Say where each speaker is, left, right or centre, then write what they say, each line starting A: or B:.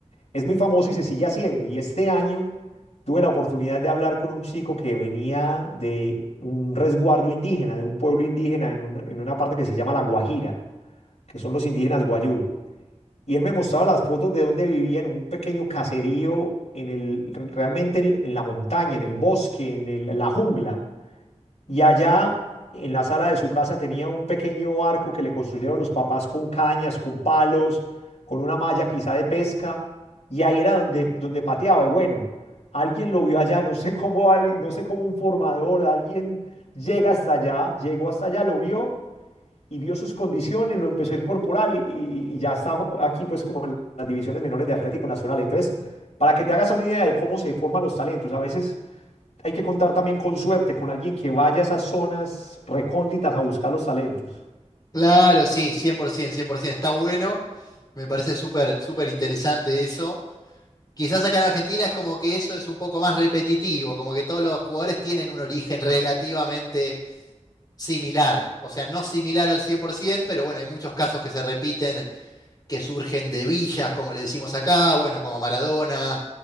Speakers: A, on the left; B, on the left.
A: Es muy famoso y se sigue haciendo. Y este año tuve la oportunidad de hablar con un chico que venía de un resguardo indígena, de un pueblo indígena en una, en una parte que se llama La Guajira que son los indígenas Guayú. Y él me mostraba las fotos de donde vivía en un pequeño caserío, en el, realmente en, en la montaña, en el bosque, en el- la jungla. Y allá, en la sala de su casa, tenía un pequeño arco que le construyeron los papás con cañas, con palos, con una malla quizá de pesca. Y ahí era donde, donde pateaba. Y bueno, alguien lo vio allá, no sé cómo, alguien- no sé cómo un formador, alguien llega hasta allá, llegó hasta allá, lo vio y vio sus condiciones, lo empezó a incorporar y, y- y ya está aquí pues como en las divisiones menores de Atlético Nacional. Entonces, para que te hagas una idea de cómo se forman los talentos, a veces hay que contar también con suerte, con alguien que vaya a esas zonas recónditas a buscar los talentos.
B: Claro, sí, cien cien, por ciento, cien por 100%, está bueno. Me parece súper, súper interesante eso. Quizás acá en Argentina es como que eso es un poco más repetitivo, como que todos los jugadores tienen un origen relativamente similar, o sea, no similar al 100%, pero bueno, hay muchos casos que se repiten, que surgen de villas, como le decimos acá, bueno, como Maradona,